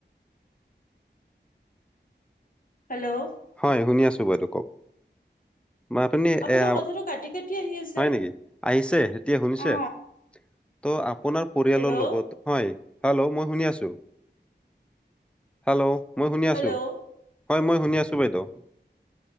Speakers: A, on the left (about 50°); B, in the centre.
A: হেল্লৌ'।
B: হয় শুনি আছো, বাইদেউ কওক? মাতোনি
A: আপোনাৰ
B: এঁ
A: কথাটো কাটি কাটি আহি আছে
B: হয় নেকি? আহিছে এতিয়া শুনিছে?
A: অ
B: ত' আপোনাৰ পৰিয়ালৰ
A: হেল্ল'
B: লগত- হয়, হেল্লৌ' মই শুনি আছো, হেল্লৌ'। মই শুনি আছো,
A: হেল্ল'
B: হয় মই শুনি আছো। শুনিছো বাইদেও,